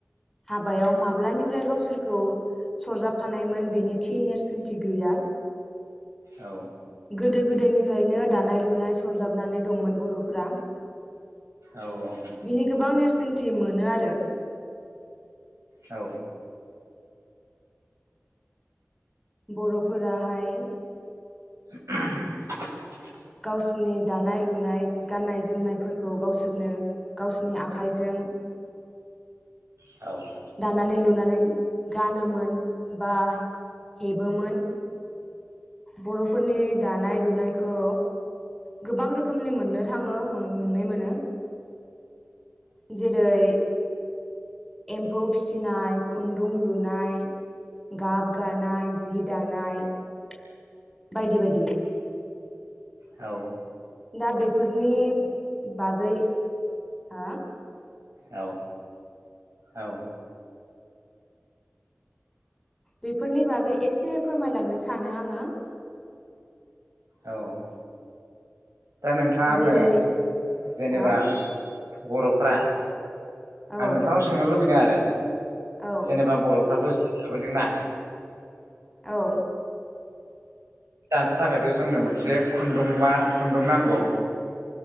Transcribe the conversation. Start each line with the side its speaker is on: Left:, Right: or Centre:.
Centre: हाबायाव माब्लानिफ्राय गावसोरखौ सरजाबफानायमोन बेनि थि नेरसोनथि गैया
Right: औ
Centre: गोदो गोदायनि फ्रायनो दानाय लुनाय सरजाबनानै दंमोन बर'फोरा
Right: औ औ
Centre: बिनि गोबां नेरसोनथि मोनो आरो
Right: औ
Centre: बर'फोराहाय
Right: <unintelligible>
Centre: गावसिनि दानाय लुनाय गाननाय जोमनायफोरखौ गावसोरनो गावसिनि आखाइजों
Right: औ
Centre: दानानै लुनानै गानोमोन बा हेबोमोन बर'फोरनि दानाय लुनाय खौ गोबां रोखोमनि मोननो थाङो नुनाय मोनो जेरै एम्फौ फिसिनाय खुन्दुं लुनाय गाब गानाय जि दानाय <inaudible> बायदि बायदि
Right: औ
Centre: दा बेफोरनि बागै हा
Right: औ औ
Centre: बेफोरनि बागै एसे फोरमायलांनो सानो आङो
Right: औ दा नोंथाङा आंनो
Centre: जेरै
Right: जेनेबा
Centre: हा
Right: बर'फ्रा आं
Centre: औ
Right: नोंथांनाव सोंनो लुबैदों आरो
Centre: औ
Right: जेनेबा बर'फ्राथ' <unintelligible> ना
Centre: औ
Right: दानो थाखायथ' जोंनो मोनसे खुन्दुंबा खुन्दुं नांगौ